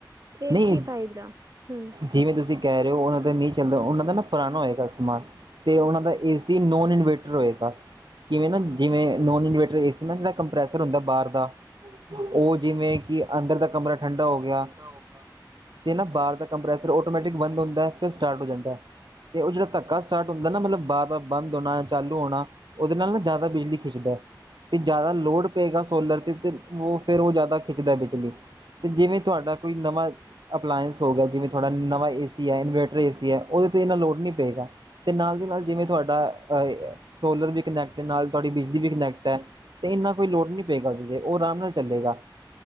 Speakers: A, on the right (about 45°); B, on the right (about 70°).
A: ਫਿਰ
B: ਨਹੀਂ
A: ਕੀ ਫ਼ਾਇਦਾ' ਹਮ।
B: ਜਿਵੇਂ ਤੁਸੀਂ ਕਹਿ ਰਹੇ ਹੋ ਉਹਨਾਂ ਦਾ ਨਹੀਂ ਚੱਲਦਾ ਉਹਨਾਂ ਦਾ ਨਾ ਪੁਰਾਣਾ ਹੋਏਗਾ ਸਮਾਨ ਤੇ ਉਹਨਾਂ ਦਾ ਏ ਸੀ ਨੋਨ ਇਨਵੇਰਟਰ ਹੋਏਗਾ' ਕਿਵੇਂ ਨਾ ਜਿਵੇਂ ਨੋਨ ਇਨਵੇਰਟਰ ਏ। ਜਿਹੜਾ ਕੰਪ੍ਰੈਸਰ ਹੁੰਦਾ ਬਾਹਰ ਦਾ ਉਹ ਜਿਵੇਂ ਕਿ ਅੰਦਰ ਦਾ ਕਮਰਾ ਠੰਡਾ ਹੋ ਗਿਆ।
A: ਹੋਣਾ
B: ਤੇ ਨਾ ਬਾਹਰ ਦਾ ਕੰਪੈਸਰ ਆਟੋਮੈਟਿਕ ਬੰਦ ਹੁੰਦਾ ਫਿਰ ਸਟਾਰਟ ਹੋ ਜਾਂਦਾ ਹੈ। ਤੇ ਉਹ ਜਿਹੜਾ ਧੱਕਾ ਸਟਾਰਟ ਹੁੰਦਾ ਨਾ ਮਤਲਬ ਬਾਰ ਬਾਰ ਬੰਦ ਹੋਣਾ ਜਾਂ ਚਾਲੂ ਹੋਣਾ ਉਹਦੇ ਨਾਲ ਨਾ ਜ਼ਿਆਦਾ ਬਿਜਲੀ ਖਿੱਚਦਾ ਤੇ ਜ਼ਿਆਦਾ ਲੋੜ ਪਏਗਾ ਸੋਲਰ ਤੇ ਉਹ ਫੇਿਰ ਉਹ ਜ਼ਿਆਦਾ ਖਿੱਚਦਾ ਬਿਜਲੀ ਤੇ ਜਿਵੇਂ ਤੁਹਾਡਾ ਕੋਈ ਨਵਾਂ ਅਪਲਾਇੰਸ ਹੋ ਗਿਆ ਜਿਵੇਂ ਥਹਾੜਡਾ ਨਵਾਂ ਏ ਸੀ ਹੈ ਇਨਵੇਟਰ ਏ ਸੀ ਹੈ ਉਹਦੇ ਤੇ ਇੰਨਾ ਲੋੜ ਨਹੀਂ ਪਏਗਾ ਤੇ ਨਾਲ ਦੀ ਨਾਲ ਜਿਵੇਂ ਤੁਹਾਡਾ ਸੋਲਰ ਵੀ ਕਨੈਕਟ ਹੈ ਨਾਲ ਤੁਹਾਡੀ ਬਿਜਲੀ ਵੀ ਕਨੈਕਟ ਹੈ। ਤੇ ਇੰਨਾ ਕੋਈ ਲੋੜ ਨਹੀਂੀ ਪਏਗਾ ਉਹ ਤੇ ਉਹ ਆਰਾਮ ਨਾਲ ਚੱਲੇਗਾ।